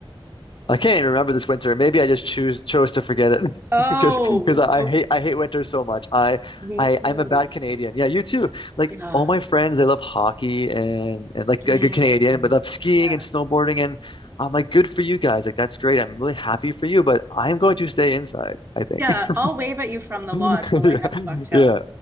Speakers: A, on the left; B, on the right.
A: I can't even remember this winter. Maybe I just choose chose to forget it <laughs>
B: Oh,
A: because because I
B: oh,
A: I hate I hate winter so much. I
B: me
A: I
B: too.
A: I'm a bad Canadian. Yeah, you too. Like
B: Yeah,
A: all my friends, they love hockey and and
B: skiing
A: like a good Canadian,
B: and
A: but love skiing
B: yeah.
A: and snowboarding. And I'm like, good for you guys. Like that's great. I'm really happy for you, but I'm going to stay inside, I think.
B: Yeah, I'll
A: <laughs>
B: wave at you from
A: <laughs>
B: the lodge while
A: Yeah,
B: I have a cocktail.
A: yeah,